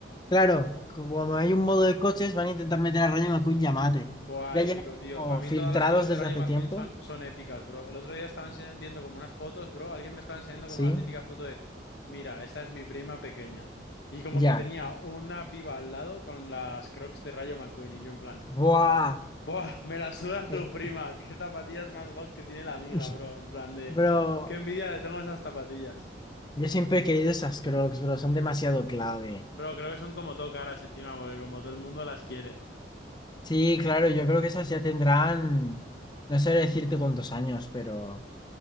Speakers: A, on the left (about 25°); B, on the left (about 75°).
A: Claro, como hay un modo de coches, van a intentar meter a Rayo McQueen y a Mate.
B: Buah,
A: Ya
B: épico,
A: llevan
B: tío.
A: como
B: Para mí
A: filtrados
B: todas las cosas de
A: desde
B: Rayo
A: hace
B: McQueen
A: tiempo.
B: son, son épicas, bro. El otro día estaba enseña- viendo como unas fotos, bro. Alguien me estaba enseñando
A: Sí,
B: como la típica foto de, mira, esta es mi prima pequeña. Y como
A: ya.
B: que tenía una piba al lado con las Crocs de Rayo McQueen y yo en plan,
A: ¡Buah!
B: buah, me la suda tu
A: Eh,
B: prima. Qué zapatillas más god que tiene la amiga,
A: <laughs>
B: bro. En plan de,
A: bro,
B: qué envidia le tengo a esas zapatillas.
A: yo siempre he querido esas Crocs, bro, son demasiado clave.
B: Bro, creo que son como todo caras encima porque como todo el mundo las quiere.
A: Sí, claro, yo creo que esas ya tendrán, no sé decirte cuántos años, pero,